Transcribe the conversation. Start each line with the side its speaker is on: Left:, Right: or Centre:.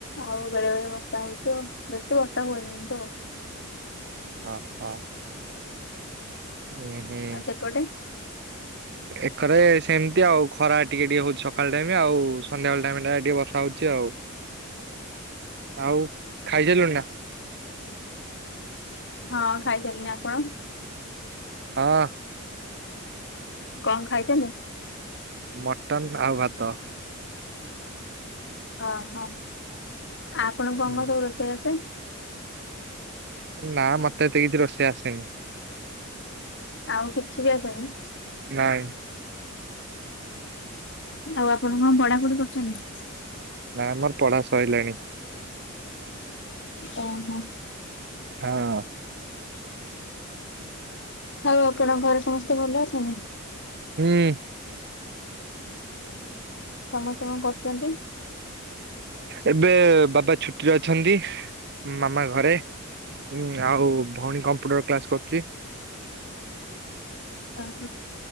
Left: ଆଉ ବେଳେ ବେଳେ ବର୍ଷା ହଉଛି ବେଶୀ ବର୍ଷା ତ
Right: ଓ ହୋ। ହୁଁ ହୁଁ।
Left: ଆଉ ସେପଟେ?
Right: ପାଖରେ ସେମିତି ଆଉ ଖରା ଟିକେ ଟିକେ ହଉଛି ସକାଳ ଟାଇମ ଆଉ ସନ୍ଧ୍ୟାବେଳ ଟାଇମ ଟା ଟିକେ ବର୍ଷା ହଉଛି ଆଉ
Left: <inaudible>
Right: ଆଉ
Left: ହଁ
Right: ଖାଇସାରିଲୁଣି ନା?
Left: ହଁ ଖାଇସାରିନି ଆପଣ?
Right: ହଁ।
Left: କଣ ଖାଇଚନ୍ତି?
Right: ମଟନ ଆଉ ଭାତ।
Left: ଓହୋ ଆ ଆପଣ କଣ କଣ
Right: ହୁଁ।
Left: ସବୁ ରୋଷେଇ ଆସେ?
Right: ନା ମତେ ଏତେ କିଛି ରୋଷେଇ ଆସେନି?
Left: ଆଉ କିଛି ବି ଆସୁନି?
Right: ନାଇଁ।
Left: ଆଉ ଆପଣ କଣ ପଢ଼ାପଢ଼ି କରୁଛନ୍ତି?
Right: ନାମୋର ପଢା ସଇଲାଣି।
Left: ଓହୋ।
Right: ହଁ।
Left: ଆଉ ଆପଣଙ୍କ ଘରେ ସମସ୍ତେ ଭଲ ଅଛନ୍ତି?
Right: ହୁଁ।
Left: ସମସ୍ତେ କଣ କରୁଛନ୍ତି?
Right: ଏବେ ବାବା ଛୁଟିରେ ଅଛନ୍ତି ମାମା ଘରେ। ହୁଁ ଆଉ ଭଉଣୀ କମ୍ପ୍ୟୁଟର କ୍ଲାସ କରୁଛି।
Left: ହ ହୋ।